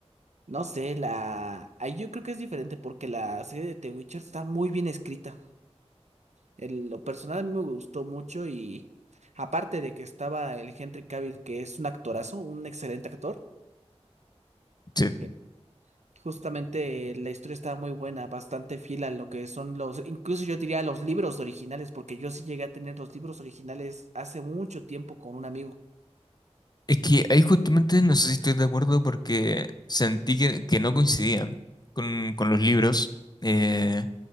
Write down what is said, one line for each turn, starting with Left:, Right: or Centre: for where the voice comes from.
Right: No sé, la. Ahí yo creo que es diferente porque la serie de The Witcher está muy bien escrita. En lo personal a mí me gustó mucho y aparte de que estaba el Henry Cavill, que es un actorazo, un excelente actor,
Left: Sí.
Right: eh, justamente la historia estaba muy buena, bastante fiel a lo que son los, incluso yo diría los libros originales, porque yo sí llegué a tener los libros originales hace mucho tiempo con un amigo.
Left: Es que ahí justamente no sé si estoy de acuerdo porque sentí que, que no coincidían con, con los libros. Eh,